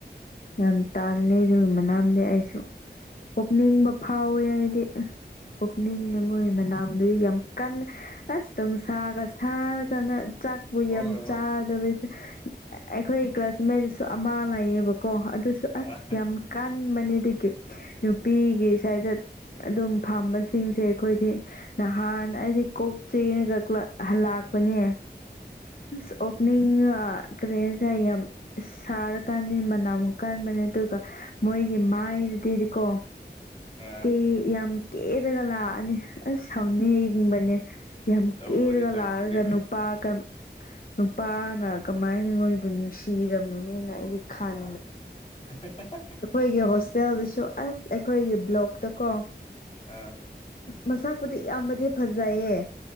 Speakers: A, on the left; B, on the left.
A: ꯌꯥꯝ ꯇꯥꯜꯂꯦ ꯑꯗꯨꯒꯤ ꯃꯅꯥꯝꯗꯤ ꯑꯩꯁꯨ ꯄꯨꯛꯅꯤꯡꯕ ꯐꯥꯎꯋꯦ ꯍꯥꯏꯗꯤ ꯄꯨꯛꯅꯤꯡꯉꯦ
B: ꯎꯝ
A: ꯃꯣꯏ ꯃꯅꯥꯝꯗꯨꯗꯤ ꯌꯥꯝ ꯀꯜꯂꯦ ꯑꯁ ꯅꯨꯡꯁꯥꯒ ꯁꯥꯔꯀꯥꯟꯗ ꯆꯥꯛꯄꯨ
B: ꯍꯣꯏ
A: ꯌꯥꯝ
B: ꯍꯣꯏ
A: ꯆꯥ ꯑꯩꯈꯣꯏ ꯀ꯭ꯂꯥꯁ ꯃꯩꯗꯁꯨ ꯑꯃ ꯂꯩꯥꯛꯌꯦꯕꯀꯣ ꯑꯗꯨ
B: ꯑ
A: ꯑꯁ ꯌꯥꯝ ꯀꯥꯜ ꯑꯟꯕꯅꯤꯗꯨꯒꯤ ꯅꯨꯄꯤꯒꯤ ꯁꯥꯏꯠꯗ ꯑꯗꯨꯝ ꯐꯝꯕꯁꯤꯡꯁꯦ ꯑꯩꯈꯣꯏꯗꯤ ꯅꯍꯥꯟ ꯑꯩꯗꯤ ꯀꯣꯛ ꯆꯦꯔꯒ ꯍꯜꯂꯥꯛꯄꯅꯦ ꯑꯁ ꯑꯣꯒꯅꯤꯡꯉꯥ ꯀ꯭ꯔꯤ ꯍꯥꯏꯁꯤꯔ ꯌꯥꯝ ꯁꯥꯔꯀꯥꯟꯗꯤ ꯃꯅꯝ ꯌꯥꯝ ꯀꯟꯕꯅꯦ ꯑꯗꯨꯒ ꯃꯣꯏꯒꯤ ꯃꯥꯏꯗꯗꯤꯀꯣ
B: ꯑꯥ
A: ꯀꯦ ꯌꯥꯝ ꯀꯦꯔꯒ ꯂꯥꯛꯑꯅꯤ ꯑꯁ ꯁꯥꯎꯅꯤꯡꯕꯅꯦ ꯌꯥꯝ
B: ꯇꯧꯕꯅꯦ
A: ꯀꯦꯔꯒ
B: ꯇꯧꯕꯅꯦ
A: ꯂꯥꯔꯒ
B: ꯍꯣꯏ
A: ꯅꯨꯄꯥꯒ ꯅꯨꯄꯥꯅ ꯀꯃꯥꯏꯅ ꯅꯣꯏꯕꯨ ꯅꯨꯡꯁꯤꯔꯝꯒꯅꯤꯅ ꯑꯩꯗꯤ ꯈꯟ
B: <inaudible>
A: ꯑꯩꯈꯣꯏꯒꯤ ꯍꯣꯁꯇꯦꯜꯗꯨꯁꯨ ꯑꯁ ꯑꯩꯈꯣꯏꯒꯤ ꯕ꯭ꯂꯣꯛꯇ ꯀꯣ
B: ꯑꯥ
A: ꯃꯁꯥꯛꯄꯨꯗꯤ ꯌꯥꯝꯕꯗꯤ ꯐꯖꯩꯌꯦ